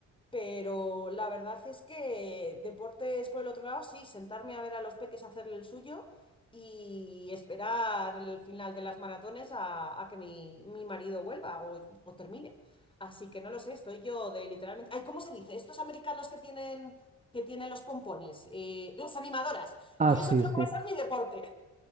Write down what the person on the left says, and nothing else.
Pero la verdad es que deportes por el otro lado, sí, sentarme a ver a los peques hacerle el suyo y esperar el final de las maratones a, a que mi, mi marido vuelva o, o termine. Así que no lo sé, estoy yo de literalmente. Ay, ¿cómo se dice? Estos americanos que tienen, que tienen los pompones, eh, las animadoras.
Yo
eso creo
que va a ser mi deporte.